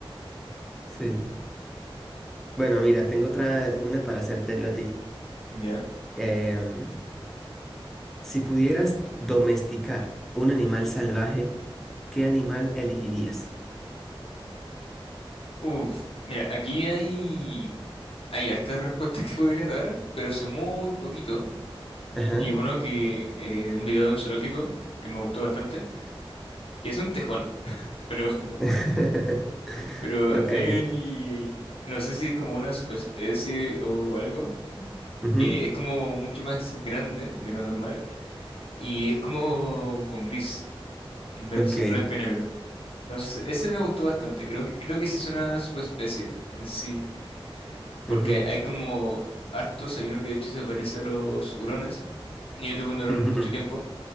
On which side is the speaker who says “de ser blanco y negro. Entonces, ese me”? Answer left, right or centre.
Left